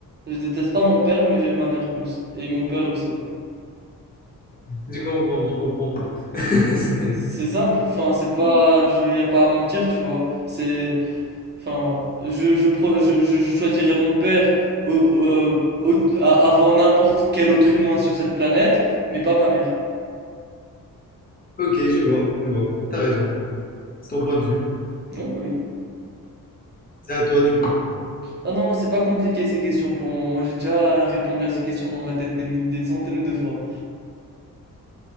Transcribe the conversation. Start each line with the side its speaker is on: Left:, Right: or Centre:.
Right: Je déteste pas mon père, mais j'aime ma mère plus. Et mon père le sait.
Left: Je comprends, je comprends. <laughs> C'est-
Right: C'est simple, enfin, c'est pas, il y a pas à mentir, tu vois. C'est, Enfin, je, je, pro- je, je je choisirais mon père au- au- au- a- avant n'importe quel autre humain sur cette planète, mais pas ma mère.
Left: Ok, je vois, je vois. T'as raison. C'est ton point de vue.
Right: Oui, oui.
Left: C'est à toi, du coup.
Right: Ah non, moi, c'est pas compliqué ces questions pour moi. Moi, j'ai déjà répondu à ces questions dans ma tête des, des centaines de fois.